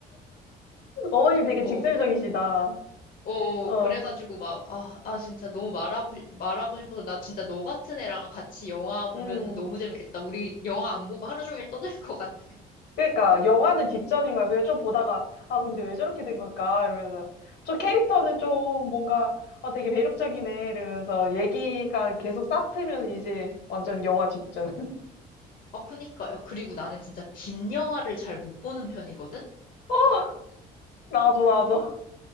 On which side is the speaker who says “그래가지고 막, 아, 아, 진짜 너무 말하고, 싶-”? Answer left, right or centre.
Left